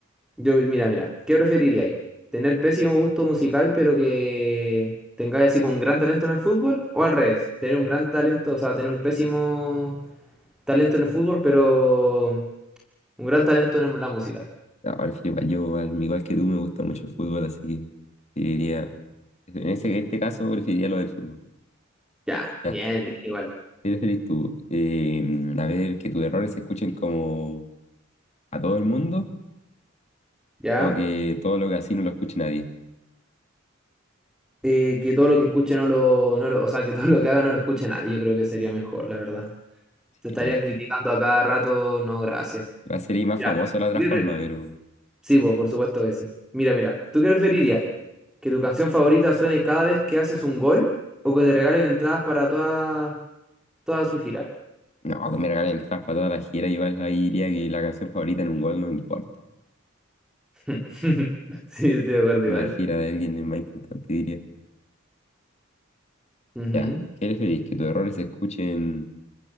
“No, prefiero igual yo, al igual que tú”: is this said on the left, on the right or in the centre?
Left